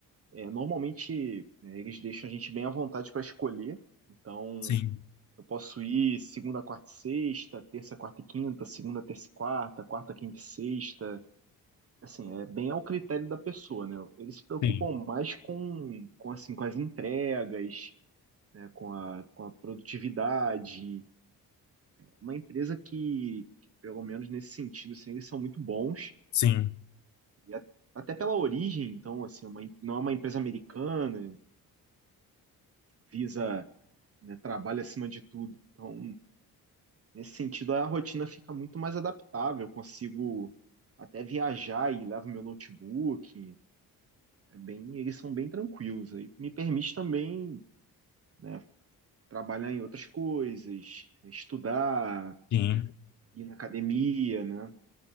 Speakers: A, on the right; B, on the left.
A: É, normalmente, né, eles deixam a gente bem à vontade para escolher, então
B: Sim,
A: eu posso ir segunda, quarta e sexta, terça, quarta e quinta, segunda, terça e quarta, quarta, quinta e sexta, assim, é bem ao critério da pessoa, né? Eles se preocupam
B: sim,
A: mais com, com, assim, com as entregas, né? Com a, com a produtividade. Uma empresa que, que, pelo menos nesse sentido, assim, eles são muito bons.
B: sim,
A: E a- até pela origem, então, assim, é uma em- não é uma empresa americana, visa, né, trabalho acima de tudo. Então, nesse sentido, a rotina fica muito mais adaptável. Eu consigo até viajar e levo meu notebook, É bem, eles são bem tranquilos. Aí me permite também, né, trabalhar em outras coisas, estudar,
B: sim,
A: né, ir na academia, né,